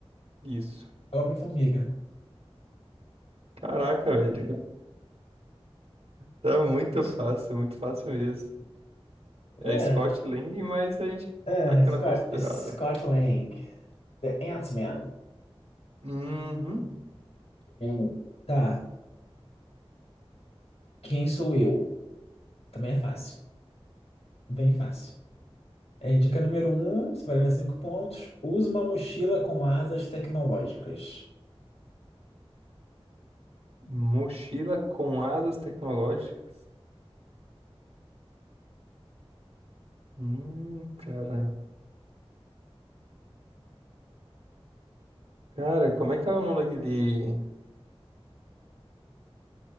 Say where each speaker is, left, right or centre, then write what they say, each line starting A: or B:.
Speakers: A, on the right (about 80°); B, on the left (about 90°).
A: Isso.
B: Homem-formiga.
A: Caraca, velho. Tá muito fácil, muito fácil mesmo. É
B: É.
A: Scott Lang, mas a gente
B: É,
A: dá aquela
B: Scott,
A: considerada.
B: Scott Lang, The Ant-Man.
A: Uhum.
B: Hum. Tá, quem sou eu? Também é fácil, bem fácil. É, dica número um, valendo cinco pontos. Usa uma mochila com asas tecnológicas.
A: Mochila com asas tecnológicas. Hum, cara. Cara, como é que é o nome daquele.